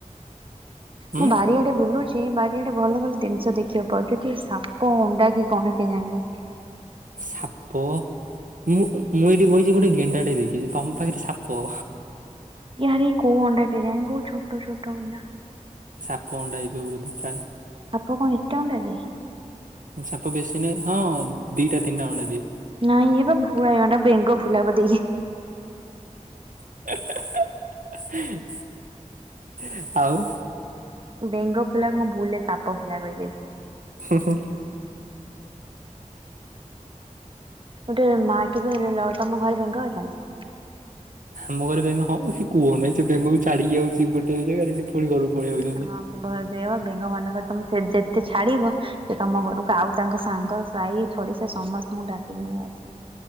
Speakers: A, on the right; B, on the right.
A: ଉଁ
B: ମୁଁ ବାରିଆଡ଼େ ବୁଲୁଛି ସେଇ ବାରିଆଡେ ଭଲ ଭଲ ଜିନିଷ ଦେଖିବାକୁ ପାଉଛି, ଏଠି ସାପ ଅଣ୍ଡା କି କଣ କେ ଜାଣି?
A: ସାପ। ମୁଁ ମୁଁ ଏଇଠି ବଇଛି ଗୋଟେ ଗେଣ୍ଡାଟେ ଦେଖିଛି, ତମ ପାଖରେ ସାପ
B: କେଜାଣି କୋଉ ଅଣ୍ଡା କେଜାଣି ବହୁତ ଛୋଟ ଛୋଟ ଅଣ୍ଡା।
A: ସାପ ଅଣ୍ଡା ଦେଇଦବ ବୋଧେ ପ୍ରାଏ
B: ସାପ କଣ ଏତେ ଅଣ୍ଡା ଦିଏ?
A: ସାପ ବେଶୀ ନାହିଁ ହଁ ଦିଟା ତିନିଟା ଅଣ୍ଡା ଦିଏ।
B: ନାଇଁ, ଏ ବା <unintelligible> ବେଙ୍ଗ ଫୁଲା ବୋଧେ ଇଏ।
A: <unintelligible> ଆଉ
B: ବେଙ୍ଗ ଫୁଲାକୁ ମୁଁ ଭୁଲରେ ସାପ ଫୁଲା କହିଦେଲି।
A: ହୁଁ ହୁଁ।
B: ଗୋଟେ ମା କିବେ ତମ ଘରେ ବେଙ୍ଗ ଅଛନ୍ତି?
A: ଆମ ଘରେ ବେଙ୍ଗ ହଁ ସେ କୁହ ନାହିଁ ସେ ବେଙ୍ଗୁକୁ ଚାାଡିକି ଯାଉଛି ଗୋଟେ ଜାଗାରେ ପୁଣି ଘରକୁ ପଳେଇବ
B: ହଁ ମୁ ବେଙ୍ଗ ମାନଙ୍କ ତମ ଯେତେ ଛାଡିବ ସେ ତମ ଘରକୁ ଆଉ ତାଙ୍କ ସାଙ୍ଗ ସାହି ଛଡି ସେ ସମସ୍ତଙ୍କୁ ଡାକିକି ନେଇଆସଏ।